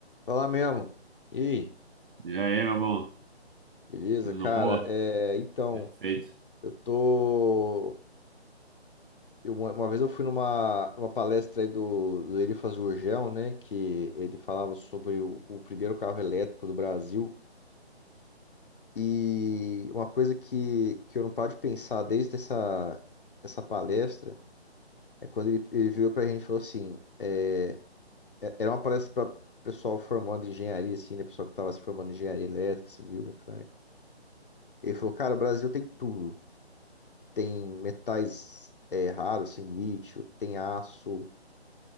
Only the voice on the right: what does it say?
E aí, meu bom?
Tudo
na boa?
Perfeito.